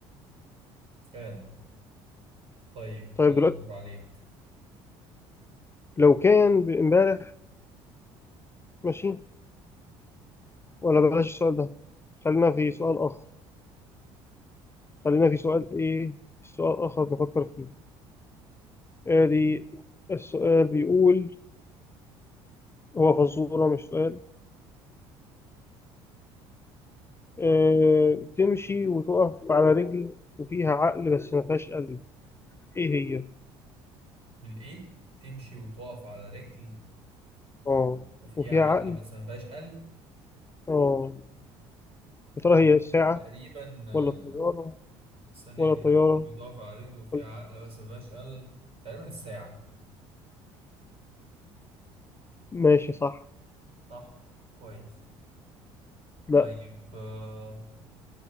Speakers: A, on the right; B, on the left.
A: فعلا طيب
B: طيب
A: أدور
B: دلوقتي
A: عليك
B: لو كان امبارح ماشي ولا بلاش السؤال ده خلينا في سؤال آخر خلينا في سؤال إيه في سؤال آخر نفكر فيه آدي السؤال بيقول هو فزورة مش سؤال آه تمشي وتقف على رجل وفيها عقل بس ما فيهاش قلب إيه هي؟
A: الإيه؟ تمشي وتقف على رجل
B: آه
A: وفيها
B: وفيها
A: عقل
B: عقل
A: بس ما فيهاش قلب
B: آه يا
A: آه.
B: ترى هي الساعة
A: تقريبا آه،
B: ولا الطيارة
A: ثانية
B: ولا
A: كده
B: طيارة
A: تمشي وتقف على رجل وفيها
B: ولا...
A: عقل بس ما فيهاش قلب تقريبا الساعة
B: ماشي صح
A: صح؟ كويس
B: لا
A: طيب آه،